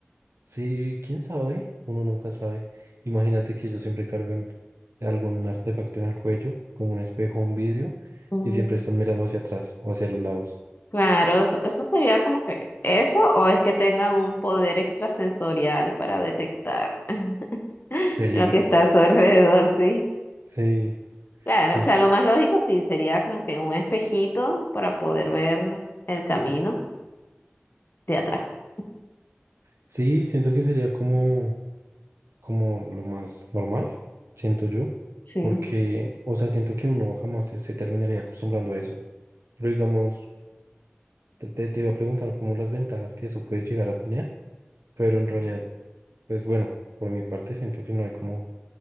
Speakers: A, on the right (about 85°); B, on the left (about 50°).
A: Sí, quién sabe, uno nunca sabe. Imagínate que ellos siempre cargan algún artefacto en el cuello, como un espejo o un vidrio,
B: Mm,
A: y siempre están mirando hacia atrás o hacia los lados.
B: Claro, eso, eso sería como que eso o es que tengan un poder extrasensorial para detectar <laughs>
A: Peligro.
B: lo que está a su alrededor, sí.
A: Sí,
B: Claro,
A: pues
B: o sea, lo más lógico sí sería como que un espejito para poder ver el camino de atrás.
A: sí, siento que sería como, como lo más normal, siento yo,
B: Sí.
A: porque, o sea, siento que uno jamás se, se terminaría acostumbrando a eso. Pero digamos, te, te te iba a preguntar como las ventajas que eso puede llegar a tener, pero en realidad, pues bueno, por mi parte siento que no hay como